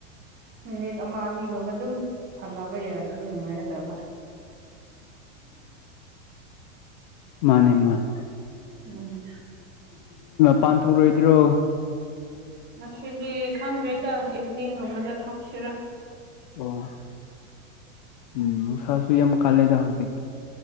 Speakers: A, on the right (about 25°); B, on the left (about 35°).
A: ꯃꯤꯃꯤꯠ ꯑꯃ ꯑꯅꯤꯒꯨꯝꯕ ꯑꯗꯨꯝ ꯁꯥꯟꯅꯕ ꯌꯥꯔꯗꯤ ꯅꯨꯡꯉꯥꯏꯒꯗꯕ
B: ꯃꯥꯅꯦ ꯃꯥꯅꯦ
A: ꯎꯝ
B: ꯄꯥꯟ ꯊꯣꯛꯣꯛꯂꯣꯏꯗ꯭ꯔꯣ
A: ꯉꯁꯤꯗꯤ ꯈꯪꯗ꯭ꯔꯦꯗ ꯏꯚꯅꯤꯡꯒꯨꯝꯕꯗ ꯔꯥ
B: ꯑꯣ ꯎꯝ ꯁꯥꯁꯨꯨ ꯌꯥꯝ ꯃ ꯀꯥ ꯂꯩꯗ ꯍꯧꯁꯤ ꯑꯣꯀꯦ